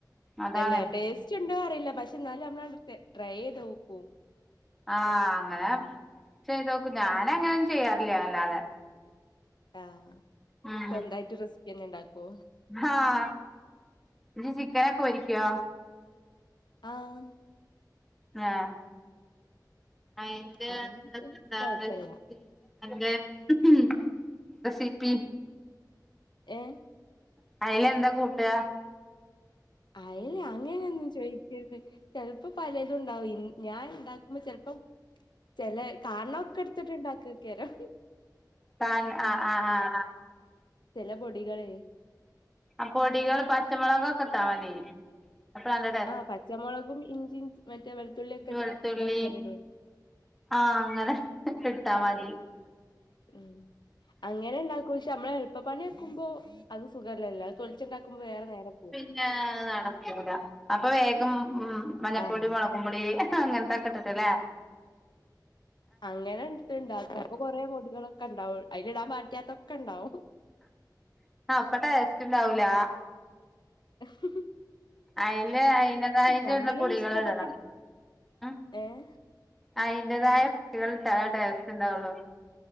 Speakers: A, in the centre; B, on the left.
A: അതാണ്
B: അല്ലാട്ടോ ഏസ് ച്ചു ഉണ്ടോ അറിയില്ല പക്ഷെ എന്നാലും നമ്മളത് ട്രൈ ചെയ്തോക്കും
A: ആഹ് അങ്ങനെ ചെയ്തോക്കും ഞാനങ്ങനൊന്നും ചെയ്യാറില്ല അല്ലാതെ
B: ആഹ്
A: ഉം
B: സ്വന്തായിട്ട് റെസ്പ്പി തന്നെ ഉണ്ടാക്കോ
A: ആഹ് നീ ചിക്കനൊക്കെ പൊരിക്കോ
B: ആഹ്
A: ആഹ് അയിന്റെ
B: അങ്ങനത്തെ
A: എന്തൊക്കെ എന്താണ്
B: കൊഴപ്പല്ല
A: <inaudible> അൻ്റെ മം മ്ഹ് റെസിപ്പി
B: ഏഹ്
A: അയിലെന്താ കൂട്ടുകാ
B: അയില് അങ്ങനൊന്നും ചോയിക്കരുത് ചെലപ്പം ഇപ്പ പലതും ഉണ്ടാവും ഞാൻ ഉണ്ടാക്കുമ്പോ ചെലപ്പം ചെലെ കാരണൊക്കെ എടുത്തിട്ടുണ്ടാക്ക് കാരം
A: താൻ ആ ആ ആ ആഹ്
B: ചെല പൊടികളെ
A: ആ പൊടികൾ പച്ചമുളകൊക്കെ ഇട്ടാ മതി അപ്പോ അന്നടെ
B: ആഹ് പച്ചമുളകും ഇഞ്ചിയും മറ്റേ വെളുത്തുള്ളിയൊക്കെ
A: വെളുത്തുള്ളി
B: ചെ ഏ ഇതാക്കി അങ്ങിട്
A: ആഹ് അങ്ങനെ കിട്ടാ മതി
B: ഹ്മം അങ്ങനെ ഇണ്ടാക്കും പക്ഷേ നമ്മള് എളുപ്പപ്പണിടുക്കുമ്പോ അത് സുഖല്ലല്ലോ അത് തൊളിച്ചുണ്ടാക്കുമ്പോ വേറെ നേരം പോം
A: ല്ലാ നടക്കൂല അപ്പൊ വേഗം ഉം ഉം മഞ്ഞൾപ്പൊടി
B: ആഹ്
A: മൊളകും പൊടി അങ്ങൻത്തൊക്കെ ഇട്ടിട്ട്ലെ
B: അങ്ങനെണ് ഇട്ട് ഇണ്ടാക്കും ഇപ്പൊ കൊറേ പൊടികളൊക്കെ ഇണ്ടാവും അതിലിടാൻ പറ്റാത്തൊക്കെ ഇണ്ടാവും
A: അപ്പ ടേസ്റ്റ് ഇണ്ടാവൂല
B: ഉം
A: അയില് അയിന്റതായിട്ട്ള്ള
B: ഞമ്മള്
A: പൊടികളിടണം
B: ഇഷ്ടപ്പെട്ട്
A: ഉം
B: ഏഹ്
A: അയിന്റതായ പൊടികളിട്ടാലേ ടെസ്റ്റ് ഇണ്ടാവൊള്ളു